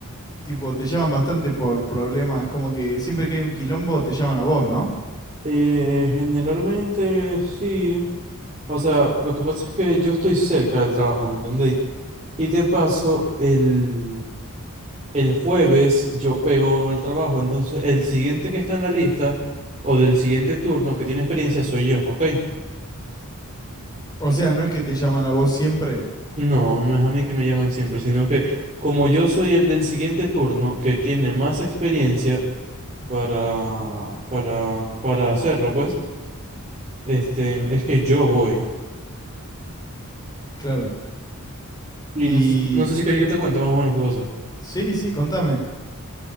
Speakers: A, on the left; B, on the right.
A: Tipo, te llaman bastante por problemas, como que siempre que hay un quilombo te llaman a vos, ¿no?
B: Eh, generalmente sí. O sea, lo que pasa es que yo estoy cerca del trabajo, ¿me entendéis? Y de paso, el, el jueves yo pego en el trabajo, entonces el siguiente que está en la lista o del siguiente turno que tiene experiencia soy yo, ¿ok?
A: O sea, no es que te llaman a vos siempre.
B: No, no es a mí que me llaman siempre, sino que como yo soy el del siguiente turno que tiene más experiencia para para para hacerlo, pues, este, es que yo voy.
A: Claro.
B: Y
A: Y...
B: no sé, no sé si quería que te cuente más o menos qué pasó.
A: Sí, sí, contame.